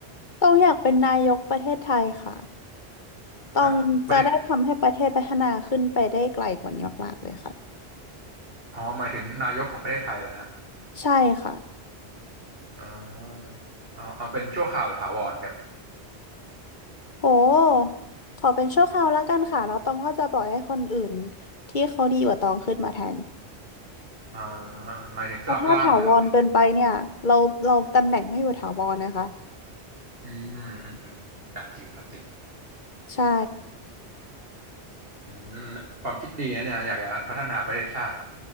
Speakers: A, on the left; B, on the right.
A: ต้องอยากเป็นนายกประเทศไทยค่ะ ต้องจะได้ทำให้ประเทศพัฒนาขึ้นไปได้ไกลกว่านี้มากๆเลยค่ะ
B: ฮะประเทศอ๋อหมายถึงนายกของประเทศไทยเหรอฮะ
A: ใช่ค่ะ
B: อ๋อเอาเอาเป็นชั่วคราวหรือถาวรครับ
A: โหขอเป็นชั่วคราวแล้วกันค่ะแล้วตองก็จะปล่อยให้คนอื่นที่เขาดีกว่าตองขึ้นมาแทน
B: อ่าหมายถึงสลับร่างนะครับ
A: เพราะถ้าถาวรเกินไปเนี่ยเราเราตำแหน่งไม่อยู่ถาวรนะคะ
B: อืมอืมอืมอ่าจริงครับจริง
A: ใช่
B: อืมความคิดดีนะเนี่ยอยากจะพัฒนาประเทศชาติ